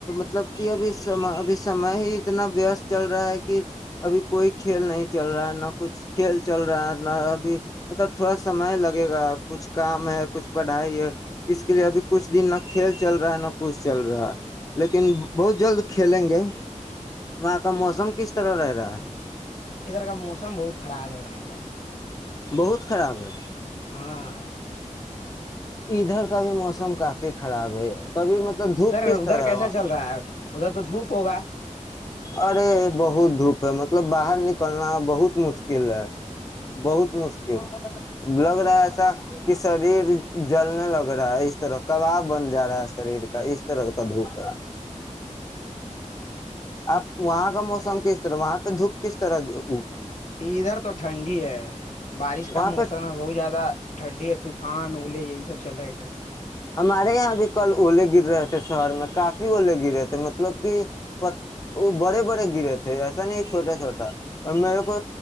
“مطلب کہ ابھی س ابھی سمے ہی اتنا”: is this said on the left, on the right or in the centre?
Left